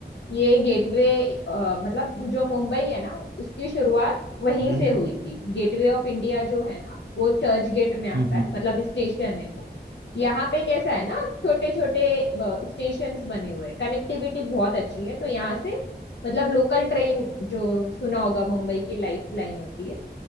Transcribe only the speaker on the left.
ये गेटवे मतलब जो मुंबई है ना उसकी शुरुआत वहीं
से हुई थी गेटवे ऑफ इंडिया जो है ना वो चर्च गेट में आता
है मतलब स्टेशन है वो यहाँ पे कैसा है ना छोटे छोटे स्टेशंस बने हुए हैं कनेक्टिविटी बहुत अच्छी है तो यहाँ से मतलब लोकल ट्रेन जो सुना होगा मुंबई की लाइफ लाइन होती है